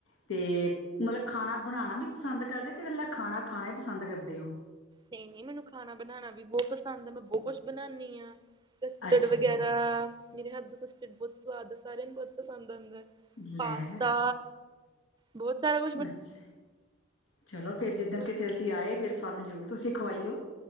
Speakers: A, on the left; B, on the right.
A: ਅਤੇ ਮਤਲਬ ਖਾਣਾ ਬਣਾਉਣਾ ਵੀ, ਪਸੰਦ ਕਰਦੇ ਕਿ ਇਕੱਲਾ ਖਾਣਾ ਖਾਣਾ ਵੀ ਪਸੰਦ ਕਰਦੇ ਹੋ
B: ਨਹੀਂ ਨਹੀਂ ਮੈਨੂੰ ਖਾਣਾ ਬਣਾਉਣਾ ਵੀ ਬਹੁਤ ਪਸੰਦ ਹੈ ਮੈਂ ਬਹੁਤ ਕੁਛ ਬਣਾਉਂਦੀ ਹ ਕਸਟਡ
A: ਅੱਛਾ
B: ਵਗੈਰਾ
A: ਜੀ
B: ਮੇਰੇ, ਹੱਥ ਦਾ ਕਸਟਡ ਬਹੁਤ ਸਵਾਦ ਆ ਸਾਰਿਆਂ ਨੂੰ ਬਹੁਤ ਪਸੰਦ ਅਉਦਾ
A: ਲੈ
B: ਪਾਸਤਾ ਬਹੁਤ ਸਾਰਾ ਕੁ
A: ਅੱਛਾ! ਚਲੋ ਫਿਰ ਜਿੱਦਣ
B: ਤਾਂ
A: ਕਿਤੇ ਅਸੀਂ ਆਏ ਫਿਰ ਸਾਨੂੰ ਜ਼ਰੂਰ ਤੁਸੀਂ ਖਵਾਈਓ